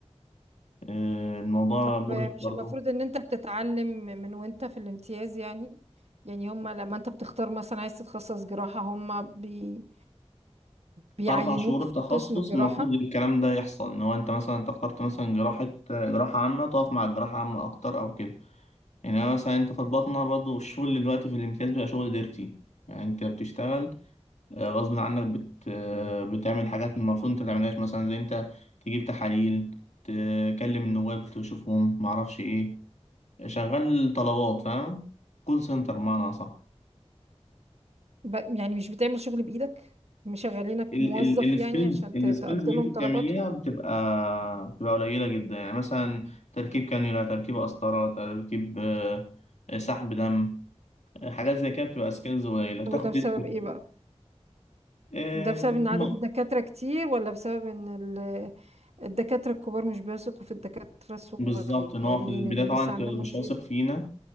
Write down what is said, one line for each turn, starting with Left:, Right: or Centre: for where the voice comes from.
Left: آه، الموضوع
Right: طب
Left: مرهق
Right: مش
Left: برضه
Right: المفروض ان انت بتتعلم من وانت في الامتياز يعني يعني هما لما انت بتختار مثلا عايز تتخصص جراحة هما بي... بيعينوك
Left: في أربع شهور التخصص
Right: في قسم الجراحة
Left: المفروض الكلام ده يحصل إن هو أنت مثلا أنت اخترت مثلا جراحة جراحة عامة تقف مع الجراحة عامة أكتر أو كده يعني أنا مثلا أنت في الباطنة برضه الشغل دلوقتي في الامتياز بقى شغل ديرتي يعني أنت بتشتغل آه، غصب عنك بت... آه، بتعمل حاجات المفروض أنت متعملهاش مثلا زي أنت تجيب تحاليل تكلم النواب تشوفهم معرفش إيه شغال طلبات فاهم كول سنتر بمعنى أصح
Right: ب... يعني مش بتعمل شغل بإيدك مشغلينك
Left: ال
Right: موظف
Left: ال السكيلز
Right: يعني عشان
Left: السكيلز
Right: ت... تقضي
Left: اللي
Right: لهم
Left: انت بتعمليها
Right: طلباتهم
Left: بتبقى بتبقى قليله جدا يعني مثلا تركيب كانيولا تركيب قسطره تركيب آه، آه، سحب دم آه، حاجات زي كده بتبقى سكيلز قليله تاخد
Right: طب وده بسبب
Left: history.
Right: ايه بقى
Left: آه،
Right: ده بسبب ان عدد
Left: هم-
Right: الدكاترة كتير ولا بسبب ان ال... الدكاترة الكبار مش بيثقوا في الدكاترة الصغيرين
Left: بالظبط ان هو في البدايه
Right: اللي
Left: طبعا
Right: لسه
Left: انت
Right: عندهم
Left: مش
Right: امتياز
Left: واثق فينا